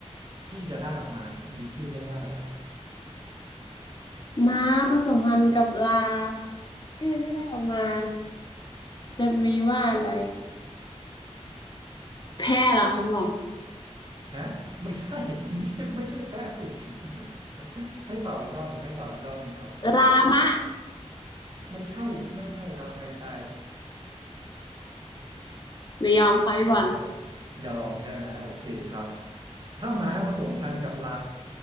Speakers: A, on the right; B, on the left.
A: ที่จะได้ออกมาเนี่ยมีชื่อเรียกว่าอะไรครับ
B: ม้าผสมพันธุ์กับลาชื่อที่ได้ออกมาจะมีว่าอะไรแพะเหรอคะพี่บอล
A: ฮะไม่ใช่ <laughs> ไม่ใช่ไม่ใช่แพะสิ <laughs> ให้ตอบอีกรอบหนึ่งให้ตอบอีกรอบหนึ่งครับ
B: ลามะ
A: ไม่ใช่ไม่ใช่ครับไม่ใช่
B: หนูยอมค่ะพี่บอล
A: ไม่ใช่ยอมใช่ไหมโอเคครับถ้าม้าผสมพันธุ์กับลา